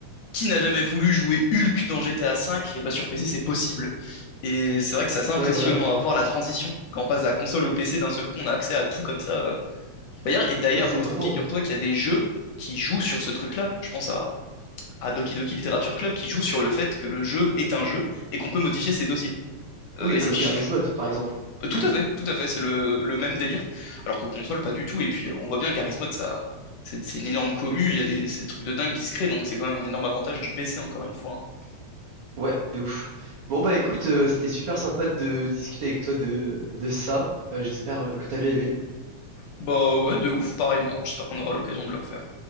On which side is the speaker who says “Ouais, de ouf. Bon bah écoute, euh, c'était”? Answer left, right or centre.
Right